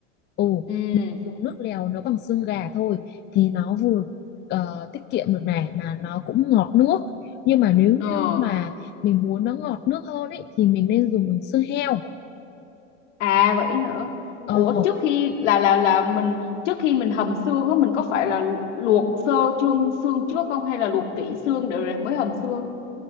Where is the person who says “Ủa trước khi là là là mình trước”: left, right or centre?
Left